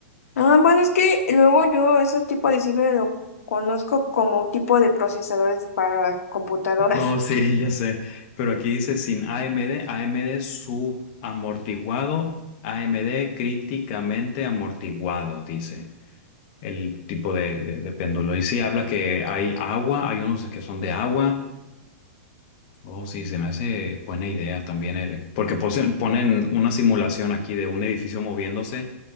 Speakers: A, on the left; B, on the left.
A: Ah, bueno, es que luego yo ese tipo de ciber lo conozco como tipo de procesadores para computadoras.
B: No, sí, <laughs> ya sé. Pero aquí dice sin AMD, AMD subamortiguado, AMD críticamente amortiguado, dice el tipo de, de- de péndulo. Y sí, habla que hay agua, hay unos que son de agua. Oh, sí, se me hace buena idea también, el- porque posen- ponen una simulación aquí de un edificio moviéndose